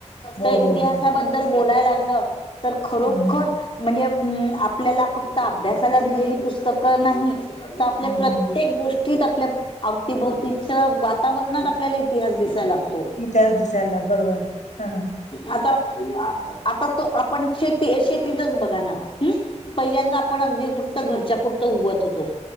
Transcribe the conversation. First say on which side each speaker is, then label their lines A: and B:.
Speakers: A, on the left; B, on the left.
A: हो
B: तर इतिहासाबद्दल
A: हो हो
B: बोलाय लागलं तर खरोखर.
A: हम्म
B: म्हणजे आपल्याला फक्त अभ्यासाला दिलेली पुस्तकं नाही. तर आपल्या
A: हम्म
B: प्रत्येक गोष्टी. आपल्या आवतीभोवतीच्या वातावरणात आपल्याला इतिहास दिसायला लागतो.
A: म त् <unintelligible> याच दिसायला बरोबर हा ह
B: आता तो आपण शेतीचचं बघा ना. पहिल्यांदा आपण अगदी फक्त घरच्या पुुरतं उगवतं होतो.